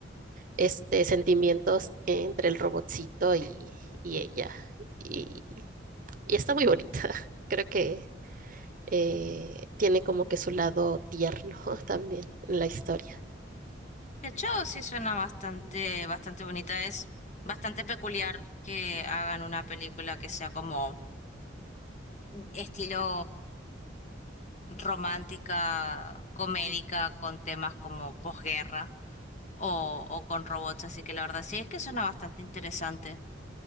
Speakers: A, on the right; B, on the left.
A: este, sentimientos entre el robotcito y, y ella. Y, y está muy bonita. <laughs> Creo que eh, tiene como que su lado tierno <laughs> también en la historia.
B: De hecho, sí suena bastante, bastante bonita. Es bastante peculiar que hagan una película que sea como estilo romántica, comédica, con temas como posguerra o, o con robots. Así que la verdad sí es que suena bastante interesante.